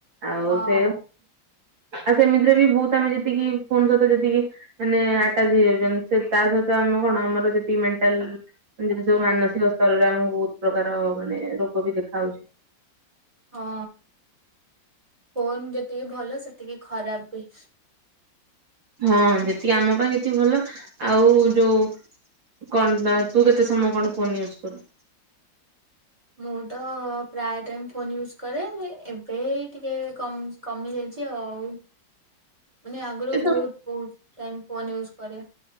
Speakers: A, on the right; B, on the right.
A: ଆଉ
B: ହଁ
A: ସେ ଆଉ ସେମିତିରେ ବି ବହୁତ ଆମେ ଯେତିକି ଫୋନ ସହିତ ଯେତିକି। ମାନେ ଆଟାଚ ହେଇଯାଉଛନ୍ତି ତା ସହିତ ଆମେ କଣ ଆମର ଯେତିକି ମେଣ୍ଟାଲ ଯଦି ସବୁ ମାନସିକ ସ୍ତରରେ ଆମକୁ ବହୁତ ପ୍ରକାର ମାନେ ରୋଗ ବି ଦେଖା ହଉଛି।
B: ହଁ ଫୋନ୍ ଯେତିକି ଭଲ ସେତିକି ଖରାପ ବି।
A: ହଁ ଯେତିକି ଆମ ପାଇଁ ସେତିକି ଭଲ ଆଉ ଯୋଉ କଣ ତୁ କେତେ ସମୟ କଣ ଫୋନ୍ ୟୁଜ କରୁଚୁ
B: ମୁଁ ତ ପ୍ରାୟ ଟାଇମ ଫୋନ ୟୁଜ କରେ ଏବେ ଟିକେ କମ୍ କମି ଯାଇଛି ଆଉ ମାନେ ଆଗରୁ
A: ଏତ
B: ବହୁତ ବହୁତ ଟାଇମ ଫୋନ ୟୁଜ୍ କରେ।